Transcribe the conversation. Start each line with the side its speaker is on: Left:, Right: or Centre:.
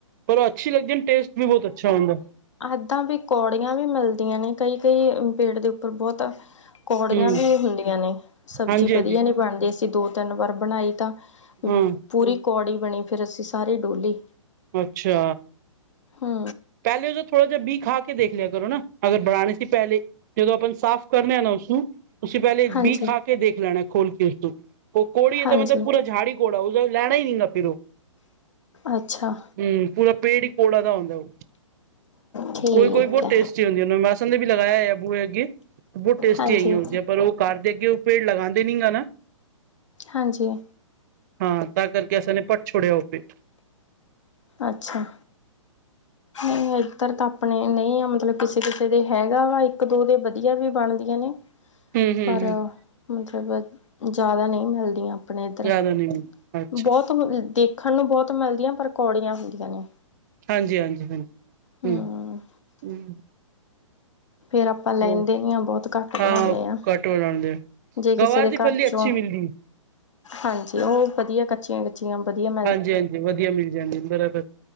Right: ਪਰ ਅੱਛੀ ਲਗਦੀ ਐ, ਐਡ ਟੇਸਟ ਵੀ ਬਹੁਤ ਅੱਛਾ ਆਉਦਾ
Left: ਐਦਾਂ ਵੀ ਕੌੜੀਆਂ ਵੀ ਮਿਲਦੀਆਂ ਨੇ ਕਈ- ਕਈ ਪੇੜ ਦੇ ਉੱਪਰ ਬਹੁਤ ਕੌੜੀਆਂ
Right: ਹਮ
Left: ਵੀ ਹੁੰਦੀਆਂ ਨੇ, ਸਬਜ਼ੀ
Right: ਹਾਂਜੀ ਹਾਂਜੀ
Left: ਵਧੀਆਂ ਨੀਂ ਬਣਦੀ ਅਸੀਂ ਦੋ-ਤਿੰਨ ਵਾਰ ਬਣਾਈ ਤਾਂ
Right: ਹਾਂ
Left: ਪੂਰੀ ਕੌੜੀ ਬਣੀ ਫੇਰ ਅਸੀਂ ਸਾਰੀ ਡੋਲੀ
Right: ਅੱਛਾ।
Left: ਹੂੰ।
Right: ਪਹਿਲੇ ਜੇ ਥੋੜਾ ਜਾ ਬੀ ਖਾਂ ਕੇ ਦੇਖ ਲ਼ਿਆ ਕਰੋਂ ਨਾ, ਅਗਰ ਬਣਾਨੇ ਸੀ ਪਹਿਲੇ। ਜਦੋਂ ਆਪਾਂ ਨ ਸਾਫ਼ ਕਰਨਾ ਨਾ ਉਸਨੂੰ ਉਸੇ ਪਹਿਲੇ
Left: ਹਾਂਜੀ
Right: ਬੀ ਖਾ ਕੇ ਦੇਖ ਲੈਣਾ ਖੋਲ ਕੇ ਉਸਤੋ। ਉਹ ਕੋੜੀ ਐ
Left: ਹਾਂਜੀ
Right: ਤਾਂ ਮਤਲਬ ਪੂਰਾ ਝਾੜ ਈ ਕੋੜਾ ਉਸਦਾ ਲੈਣਾ ਹੀ ਨਗਾ ਫਿਰ ਓ
Left: ਅੱਛਾ
Right: ਹੂੰ ਪੂਰਾ ਪੇੜ ਹੀ ਕੋੜਾ ਦਾ ਹੁੰਦਾ ਓ
Left: ਠੀਕ
Right: ਕੋਈ-ਕੋਈ ਬਹੁਤ
Left: ਹੈ
Right: ਟੇਸਟੀ ਹੁੰਦੀ ਐ, ਉਹੇ ਨੇ ਵੀ ਲਗਾਇਆ ਹੈ ਨਮ‌‌ ਲੱਸਨ ਦਾ ਵੀ ਲਗਾਇਆਂ ਹੋਇਆ ਬੂਹੇ ਅੱਗੇ ਬਹੁਤ ਟੇਸਟੀ
Left: ਹਾਂਜੀ
Right: ਆਈ ਹੁੰਦੀਂ ਐ, ਪਰ ਉਹ ਘਰ ਦੇ ਅੱਗੇ ਉਹ ਪੇੜ ਲਗਾਂਦੇ ਨੀ ਗਾ ਨਾ।
Left: ਹਾਂਜੀ।
Right: ਹਾਂ ਤਾਂ ਕਰਕੇ ਅਸਾਂ ਨੇ ਪੱਟ ਛੋੜਿਆ ਓ ਪੇ
Left: ਅੱਛਾ। ਨਈ ਏਧਰ ਤਾਂ ਆਪਣੇ ਨਈ ਆ ਮਤਲਬ ਕਿਸੇ-ਕਿਸੇ ਦੇ ਹੈਗਾ ਵਾ, ਇੱਕ ਦੋ ਦੇ ਵਧੀਆਂ ਵੀ ਬਣਦੀਆਂ ਨੇ
Right: ਹੂੰ ਹੂੰ
Left: ਪਰ
Right: ਹੂੰ
Left: ਮਤਲਬ ਜਾਦਾ ਨਹੀਂ ਮਿਲਦੀਆਂ ਆਪਣੇ ਏਧਰ,
Right: ਯਾਦ ਆ ਨਹੀਂ ਮੈਨੂੰ ਅੱਛਾ
Left: ਬਹੁਤ ਦੇਖਣ ਨੂੰ ਬਹੁਤ ਮਿਲਦੀਆਂ ਪਰ ਕੌੜੀਆਂ ਹੁੰਦੀਆਂ ਨੇ
Right: ਹਾਂਜੀ- ਹਾਂਜੀ, ਹਾਂਜੀ
Left: ਹਮ
Right: ਹੂੰ।
Left: ਫੇਰ ਆਪਾਂ ਲੈਂਦੇ
Right: ਹੋਰ
Left: ਨੀ ਆ, ਬਹੁਤ ਘੱਟ
Right: ਹਾਂ
Left: ਬਣਾਉਂਨੇ ਆ।
Right: ਘੱਟ ਬਣਾਉਂਦੇ ਆ,
Left: ਜੇ ਕਿਸੇ
Right: ਗਵਾਰ
Left: ਦੇ
Right: ਦੀ ਫੱਲੀ
Left: ਘਰ ਚੋਂ,
Right: ਅੱਛੀ ਮਿਲਦੀ
Left: ਹਾਂਜੀ ਓ ਵਧੀਆਂ ਕੱਚੀਆਂ- ਕੱਚੀਆਂ ਵਧੀਆਂ ਮ
Right: ਹਾਂਜੀ -ਹਾਂਜੀ ਵਧੀਆਂ ਮਿਲ਼ ਜਾਂਦੇ, ਬਰਾਬਰ।